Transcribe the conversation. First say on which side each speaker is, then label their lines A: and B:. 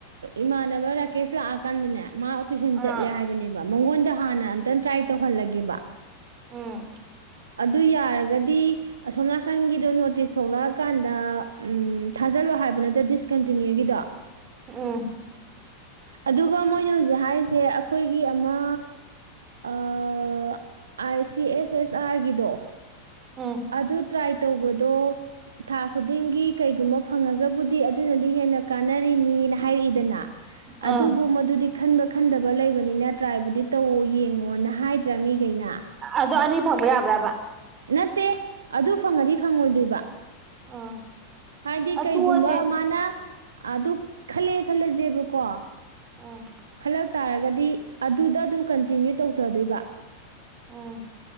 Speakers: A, on the right; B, on the right.
A: ꯏꯃꯥꯟꯅꯕ ꯔꯥꯀꯦꯁ ꯂꯥꯛꯑꯀꯥꯟꯗꯅꯦ ꯃꯥ ꯇꯨꯏꯁꯟ ꯆꯠꯂꯦ
B: ꯑꯥ
A: ꯍꯥꯏꯕꯅꯦꯕ ꯃꯉꯣꯟꯗ ꯍꯥꯟꯅ ꯑꯝꯇꯪ ꯇ꯭ꯔꯥꯏ ꯇꯧꯍꯜꯂꯒꯦꯕ
B: ꯎꯝ
A: ꯑꯗꯨ ꯌꯥꯔꯒꯗꯤ ꯑꯁꯣꯝ ꯅꯥꯀꯟꯒꯤꯗꯣ ꯅꯣꯇꯤꯁ ꯊꯣꯛꯂꯛꯑꯀꯥꯟꯗ ꯊꯥꯖꯜꯂꯣ ꯍꯥꯏꯕ ꯅꯠꯇ꯭ꯔꯣ ꯗꯤꯁꯀꯟꯇꯤꯅ꯭ꯌꯨꯒꯤꯗꯣ
B: ꯎꯝ
A: ꯑꯗꯨꯒ ꯃꯣꯏꯅ ꯍꯧꯖꯤꯛ ꯍꯥꯏꯔꯤꯁꯦ ꯑꯩꯈꯣꯏꯒꯤ ꯑꯃ ꯑꯥꯏ ꯁꯤ ꯑꯦꯁ ꯑꯦꯁ ꯆꯥꯔꯒꯤꯗꯣ
B: ꯎꯝ
A: ꯑꯗꯨ ꯇ꯭ꯔꯥꯏ ꯇꯧꯕꯗꯣ ꯊꯥ ꯈꯨꯗꯤꯡꯒꯤ ꯀꯩꯒꯨꯝꯕ ꯐꯪꯉꯒꯕꯨꯗꯤ ꯑꯗꯨꯅꯗꯤ ꯍꯦꯟꯅ ꯀꯥꯟꯅꯔꯤꯅꯤꯅ ꯍꯥꯏꯔꯛꯏꯗꯅ
B: ꯑꯥ
A: ꯑꯗꯨꯕꯨ ꯃꯗꯨꯗꯤ ꯈꯟꯕ ꯈꯟꯗꯕ ꯂꯩꯕꯅꯤꯅ ꯇ꯭ꯔꯥꯏꯕꯨꯗꯤ ꯇꯧꯋꯣ ꯌꯦꯡꯉꯣꯅ ꯍꯥꯏꯗ꯭ꯔꯥ ꯃꯤꯈꯩꯅ
B: ꯑꯗꯥ ꯑꯅꯤ ꯐꯪꯕ ꯌꯥꯕ꯭ꯔꯥꯕ
A: ꯅꯠꯇꯦ ꯑꯗꯨ ꯐꯪꯉꯗꯤ ꯐꯪꯉꯣꯏꯗꯣꯏꯕ
B: ꯎꯝ
A: ꯍꯥꯏꯗꯤ
B: ꯑ
A: ꯀꯩꯒꯨꯝꯕ
B: ꯇꯣꯛꯑꯁꯦ
A: ꯃꯥꯅ ꯑꯗꯨ ꯈꯜꯂꯑꯦ ꯈꯜꯂꯁꯦꯕꯀꯣ
B: ꯎꯝ
A: ꯈꯜꯂꯛ ꯇꯥꯔꯒꯗꯤ ꯑꯗꯨꯗ ꯑꯗꯨꯝ ꯀꯟꯇꯤꯅ꯭ꯌꯨ ꯇꯧꯊꯗꯣꯏꯕ
B: ꯎꯝ